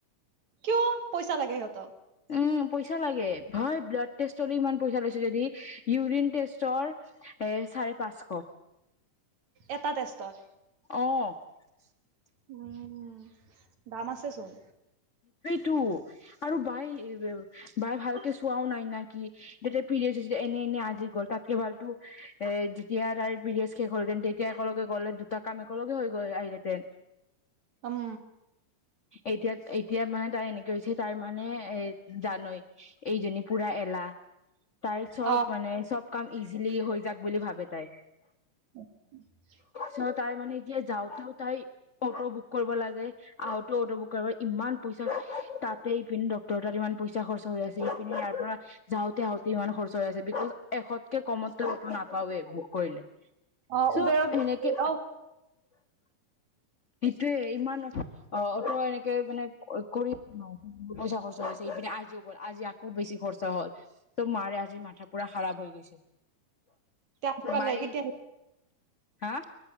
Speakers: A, on the right; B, on the left.
A: কিয় পইচা লাগে সিহঁতক
B: উম পইচা লাগে ভয় ব্লাড টেষ্টলৈ ইমান পইচা লৈছে যদি ইউৰিন টেষ্টৰ এ চাৰে পাঁচশ
A: এটা টেষ্টত
B: অ <unintelligible>
A: উম হম দাম আছে চোন
B: টো আৰু বাই বাই ভালকে চোৱাও নাই নেকি পিৰিয়ড হৈছিলেএনে এনে আজি গ'ল তাতকে ভালতো এ যেতিয়া তাই পিৰিয়ছ কেে হ'লতে তেতিয়া একেলগে গ'লে কামে ক লগে হৈ গৈ আহিলতে
A: উম
B: এতিয়া এতিয়া মানে তাৰ এনেকে হৈছে তাৰ মানে এ জানৈ এইজনী পুৰা এলাহ তাই চব
A: অ
B: মানে চব কাম ইজিলি হৈ যাক বুলি ভাবে <unintelligible> তাই
A: <unintelligible>
B: চ' তাই মানে এতিয়া যাওঁতেও তাই অটো বুক কৰিব লাগে আহোতে অটো বুক কৰিব ইমান পইচা তাতে ইপিনে ডক্টৰ তাতে ইমান পইচা খৰচা হৈ আছে ইপিনে ইয়াৰ পৰা যাওঁতে হাওঁতে ইমান খৰচা হৈ আছে বিকজ এশতকে কমত অটো নাপাৱওে বুক কৰিলে
A: অ
B: চ'
A: উবেৰত
B: এনেকে
A: অ
B: সেইটোৱে ইমান অ অ ত এনেকে মানে কৰি আ পইচা খৰচাছে ইপিনে আজিও গল আজি আকৌ বেছি খৰচা হল ত' মাৰে আজি মাথা পুৰা খাৰাপ হৈ গৈছে
A: ত পালে
B: মাই
A: কেতিয়া আহি
B: হা